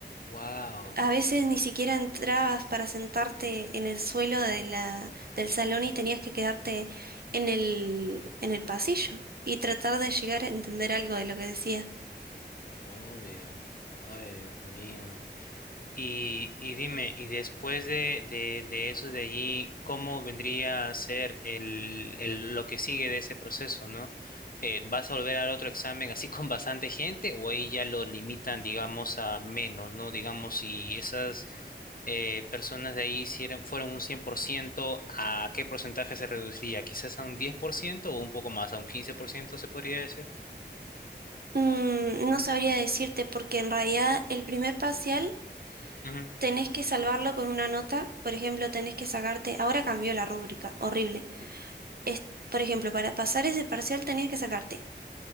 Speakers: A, on the left; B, on the right.
A: Wow,
B: A veces ni siquiera entrabas para sentarte en el suelo de la, del salón y tenías que quedarte en el, en el pasillo y tratar de llegar a entender algo de lo que decía.
A: obvio. Ay, Dios mío. Y, y dime, y después de, de, de eso de allí, ¿cómo vendría a ser el, el- lo que sigue de ese proceso, ¿no? Eh, ¿vas a volver al otro examen así con bastante gente o ahí ya lo limitan, digamos, a menos, ¿no? Digamos, si esas eh, personas de ahí hicieron, fueron un cien por ciento ¿a qué porcentaje se reduciría? ¿Quizás a un 10% o un poco más, a un 15% se podría decir?
B: Mm, no sabría decirte porque en realidad el primer parcial
A: Ujú,
B: tenés que salvarlo con una nota. Por ejemplo, tenés que sacarte, ahora cambió la rúbrica, horrible.
A: ujú,
B: Es, por ejemplo, para pasar ese parcial tenías que sacarte